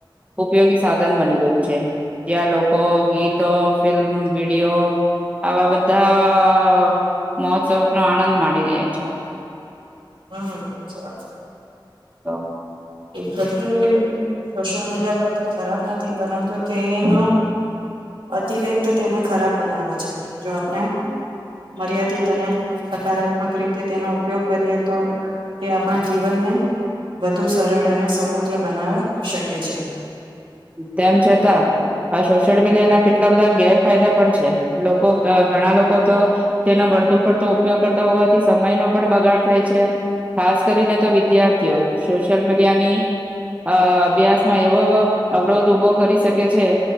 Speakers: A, on the right; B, on the right.
A: ઉપયોગી સાધન બની ગયું છે જ્યાં લોકો ગીતો ફિલ્મ વિડીયો આવા બધા મહોત્સવક નો આનંદ માની રહ્યા છે અચ્છા.
B: હમ હમ સરસ
A: તો.
B: સોશિયલ મિડિયા સોશિયલ મીડિયા પોતે ખરાબ નથી પરંતુ તેનો અતિરેકત તેને ખરાબ બનાવે છે. જો આપણે
A: હમ
B: મર્યાદિત અને સકારાત્મક રીતે તેનો ઉપયોગ કરીએ તો તે આપણા જીવનને વધુ સરળ અને સમુદ્ર બનાવે શકે છે.
A: તેમ છતાં આ સોશિયલ મીડિયા ના કેટલા બધા ઘેર ફાયદા પણ છે લોકો ઘણા લોકો તો તેનો વુ પડતો ઉપયોગ કરતા હોવાથી સમય ન પણ બગાડ થાય છે ખાસ કરીને તો વિદ્યાર્થીઓ સોશિયલ મીડિયાની અ અભ્યાસમાં એવો અવરોધ ઉભો કરી શકે છે